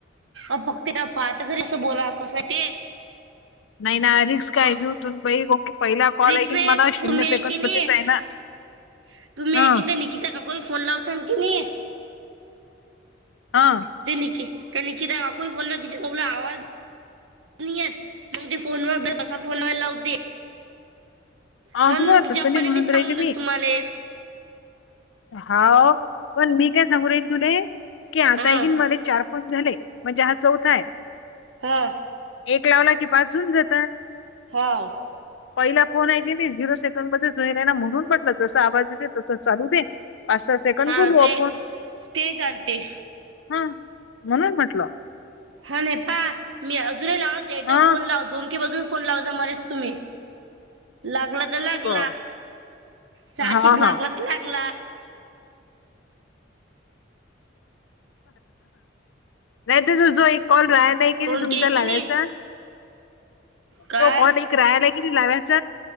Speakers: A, on the right (about 80°); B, on the left (about 75°).
A: अ बघतीना पाहता घरी असं बोला कसं आहे ते?
B: नाही ना रिस्क आहे.
A: क-
B: घेऊ तुनबाई <unintelligible> पहिला कॉल
A: रिक्स
B: आहे की नाही मला
A: काकू
B: शून्य
A: तुम्ही आहे
B: सेकंडमध्येच
A: की
B: आहे ना.
A: <inaudible> तुम्ही
B: हा
A: हाय की नाय निकिता काकूंना फोन लावसान की नई.
B: हा
A: दिली की त्या लेकिदा <unintelligible> फोनला आवाज नाही येत मग ते फोनवर <unintelligible> फोन व लावते.
B: अ
A: म्हणून मग तीज्या
B: तसं नाही
A: पले
B: म्हणून
A: मी सांगून
B: राहिली
A: देते तुम्हाले.
B: हाव, पण मी काय सांगू राहिली तुले, की आता एक
A: हा
B: आहे की नाही मला चार फोन झाले म्हणजे हा चौथा आहे.
A: हा.
B: एक लावला की पाच होऊन जाता.
A: हाव.
B: पहिला फोन आहे की मी झिरो सेकंडमध्ये हुईला आहे ना म्हणून म्हटलं जस आवाज येते तसं चालू दे. पाच सहा सेकंड
A: हा
B: बोलू
A: ते
B: आपण.
A: ते चालते
B: हा म्हणून म्हटलं.
A: हा नाही पा मी अजूनही लाव एकदा
B: हां
A: फोन लाव दोन की अजून फोन लाव जा मलेच तूम्ही. लागल लागला.
B: बरं.
A: साचिप
B: हां, हां.
A: लागला तर लागला.
B: नाही तर तुझो एक कॉल राह्या नाही की
A: कोण
B: नाही तुमचा
A: काय
B: लावायचा.
A: की नाही काय
B: तो कॉल एक रायाला किनई लाव्याच?